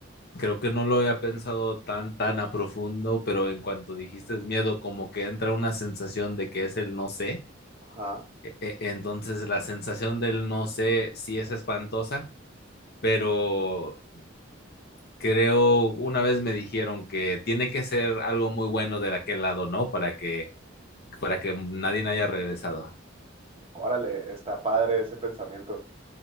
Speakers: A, on the left (about 55°); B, on the right (about 30°).
A: Creo que no lo había pensado tan, tan a profundo, pero en cuanto dijiste miedo, como que entra una sensación de que es el no sé.
B: Ajá.
A: E- e- Entonces la sensación del no sé sí es espantosa, pero creo una vez me dijeron que tiene que ser algo muy bueno de aquel lado, ¿no? Para que, para que nadie haya regresado.
B: Órale, está padre ese pensamiento.